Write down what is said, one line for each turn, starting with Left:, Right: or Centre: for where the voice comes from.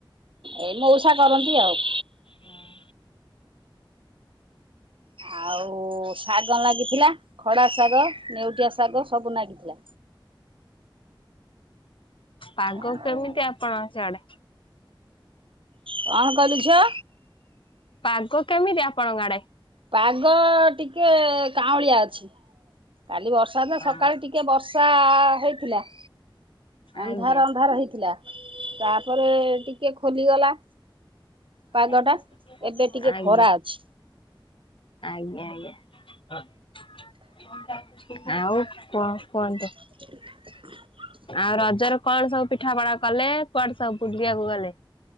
Right: ଏଇ ମଉସା କରନ୍ତି ଆଉ।
Left: ହଁ।
Right: ଆଉ ଶାଗ ଲାଗିଥିଲା ଖଡା ଶାଗ ନେଉଟିଆ ଶାଗ ସବୁ ଲାଗିଥିଲା।
Left: ପାଗ
Right: ଆଉ
Left: କେମିତି ଆପଣଙ୍କ ସେଆଡେ
Right: କଣ କଲୁ ଝିଅ?
Left: ପାଗ କେମିତି ଆପଣ ଗାଡା
Right: ପାଗ ଟିକେ କାଉଁଳିଆ ଅଛି- କାଲି ବର୍ଷା ତ
Left: ହଁ,
Right: ସକାଳେ ଟିକେ ବର୍ଷ- ସାହ-
Left: ଆଜ୍ଞା
Right: ଅନ୍ଧାର ଅନ୍ଧାର ହେଇଥିଲା ତାପରେ- ଟିକେ ଖୋଲିଗଲା- ପାଗ
Left: ଆଜ୍ଞା
Right: ଟା ଏବେ ଟିକେ
Left: ଆଜ୍ଞା
Right: ଖରା ଅଛି।
Left: ଆଜ୍ଞା ଆଉ କୁହ କୁହନ୍ତ-
Right: <inaudible>
Left: ଆଉ ରଜରେ କଣ ସବୁ ପିଠା ପଣା କଲେ କୁଆଡେ ସବୁ ବୁଲି ବାକୁ ଗଲେ-